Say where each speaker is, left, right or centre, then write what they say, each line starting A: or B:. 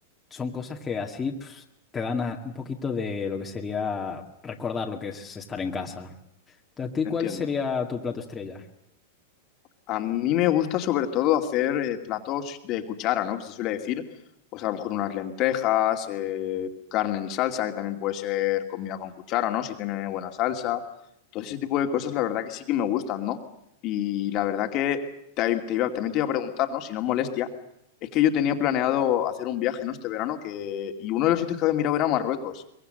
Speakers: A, on the left (about 15°); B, on the left (about 40°).
A: Son cosas que así pf, te dan a- un poquito de lo que sería recordar lo que es estar en casa. ¿A ti
B: entiendo.
A: cuál sería tu plato estrella?
B: A mí me gusta sobre todo hacer eh, platos de cuchara, ¿no? Que se suele decir, pues a lo mejor unas lentejas, eh, carne en salsa, que también puede ser comida con cuchara, ¿no? Si tiene buena salsa. Todo ese tipo de cosas, la verdad que sí que me gustan, ¿no? Y la verdad que te, te iba, también te iba a preguntar, ¿no? Si no es molestia, es que yo tenía planeado hacer un viaje, ¿no? Este verano, que... y uno de los sitios que había mirado era Marruecos.